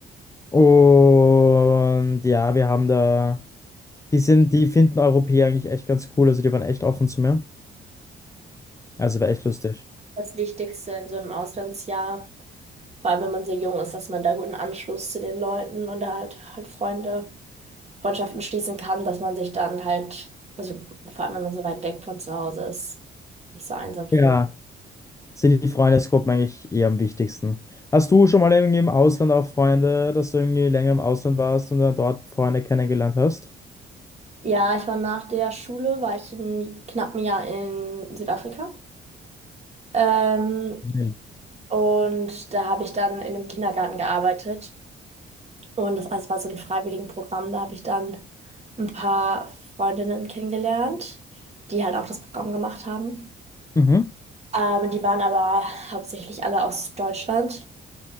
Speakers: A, on the left (about 15°); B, on the right (about 35°).
A: Und ja, wir haben da. Die sind, die finden Europäer eigentlich echt ganz cool. Also die waren echt offen zu mir. Also war echt lustig.
B: das Wichtigste in so einem Auslandsjahr, vor allem wenn man so jung ist, dass man da guten Anschluss zu den Leuten und da halt halt Freunde, Freundschaften schließen kann, dass man sich dann halt, also vor allem wenn man so weit weg von zu Hause ist, nicht so einsam fühlt.
A: Ja, sind die Freundesgruppen eigentlich eher am wichtigsten. Hast du schon mal irgendwie im Ausland auch Freunde, dass du irgendwie länger im Ausland warst und dann dort Freunde kennengelernt hast?
B: Ja, ich war nach der Schule, war ich ein knappen Jahr in Südafrika. Ähm,
A: Nee.
B: und da habe ich dann in einem Kindergarten gearbeitet. Und das alles war so ein Freiwilligenprogramm. Da habe ich dann ein paar Freundinnen kennengelernt, die halt auch das Programm gemacht haben.
A: Mhm.
B: Ähm, die waren aber hauptsächlich alle aus Deutschland.